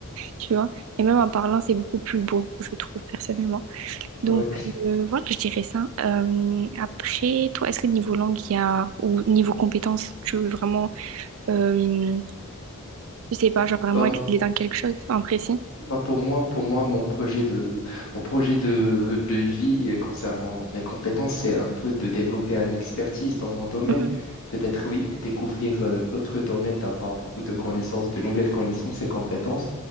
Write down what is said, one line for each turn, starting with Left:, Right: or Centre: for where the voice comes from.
Right: tu vois. Et même en parlant, c'est beaucoup plus beau, je trouve, personnellement. Donc,
Left: Ouais.
Right: euh, voilà, je dirais ça. Euh, après, toi, est-ce que niveau langue, il y a, ou niveau compétence, tu veux vraiment, euh, je sais pas, genre vraiment
Left: Bah,
Right: exceller dans quelque chose en précis?
Left: Bah pour moi, pour moi, mon projet de, mon projet de, de vie concernant mes compétences, c'est un peu de développer une expertise dans mon domaine.
Right: Mhm.
Left: Peut-être oui, découvrir euh, d'autres domaines, d'avoir beaucoup de connaissances, de nouvelles connaissances et compétences.